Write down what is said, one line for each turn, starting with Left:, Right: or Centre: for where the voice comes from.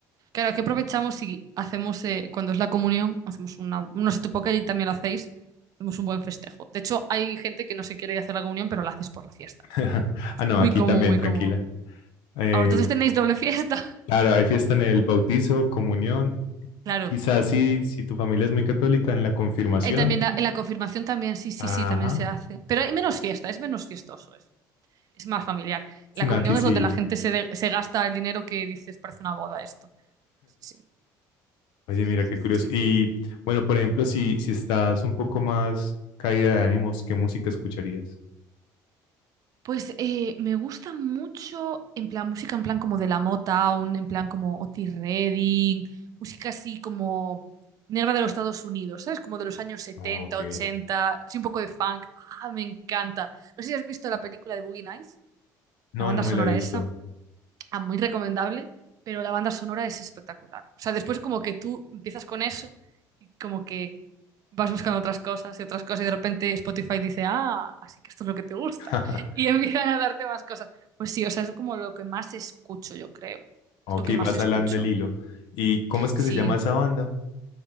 Right: Claro, aquí aprovechamos y hacemos, eh, cuando es la comunión, hacemos una. No sé, tú que también lo hacéis, hacemos un buen festejo. De hecho, hay gente que no se quiere ir a hacer la comunión, pero la haces por la fiesta.
Left: <laughs>
Right: Eso es
Left: Ah, no,
Right: muy
Left: aquí
Right: común,
Left: también,
Right: muy
Left: tranquila.
Right: común.
Left: Eh,
Right: Ahora, entonces tenéis doble fiesta. <laughs>
Left: claro, hay fiesta en el bautizo, comunión,
Right: Claro,
Left: quizás si, si tu familia es muy católica, en la confirmación.
Right: Y también la- en la confirmación también, sí, sí,
Left: Ajá,
Right: sí, también se hace. Pero hay menos fiesta, es menos fiestoso eso. Es más familiar.
Left: sino
Right: La comunión
Left: aquí
Right: es
Left: sí.
Right: donde la gente se, de- se gasta el dinero que dices, parece una boda esto. Sí, sí,
Left: Oye,
Right: sí, sí,
Left: mira,
Right: sí,
Left: qué
Right: sí,
Left: curioso.
Right: sí.
Left: Y bueno, por ejemplo, si, si estás un poco más caída de ánimos, ¿qué música escucharías?
Right: Pues eh, me gusta mucho en plan música, en plan como de la Motown, en plan como Otis Redding, música así como negra de los Estados Unidos, ¿sabes? Como de los años setenta
Left: Ok.
Right: ochenta así un poco de funk. Ah, me encanta. No sé si has visto la película de Boogie Nights,
Left: No,
Right: la banda
Left: no me
Right: sonora
Left: la he visto.
Right: esa. Ah, muy recomendable, pero la banda sonora es espectacular. O sea, después como que tú empiezas con eso y como que vas buscando otras cosas y otras cosas y de repente Spotify dice, ah, así que esto es lo que te gusta.
Left: <laughs>
Right: Y <laughs> empiezan a darte más cosas. Pues sí, o sea, es como lo que más escucho, yo creo.
Left: Ok,
Right: Es lo que más
Left: vas
Right: escucho.
Left: al del hilo. ¿Y cómo es que
Right: Sí.
Left: se llama esa banda?